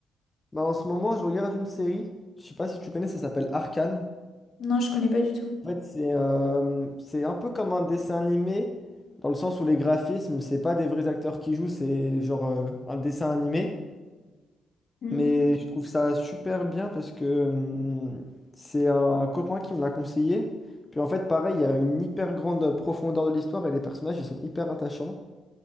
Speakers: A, on the left; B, on the left.
A: Bah, en ce moment, je regarde une série. Je sais pas si tu connais, ça s'appelle Arcane.
B: Non, je connais pas du tout.
A: En fait, c'est euh, c'est un peu comme un dessin animé, dans le sens où les graphismes, c'est pas des vrais acteurs qui jouent, c'est genre euh, un dessin animé.
B: Hmm.
A: Mais je trouve ça super bien parce que hum, c'est un copain qui me l'a conseillé. Puis en fait, pareil, il y a une hyper grande profondeur de l'histoire et les personnages, ils sont hyper attachants.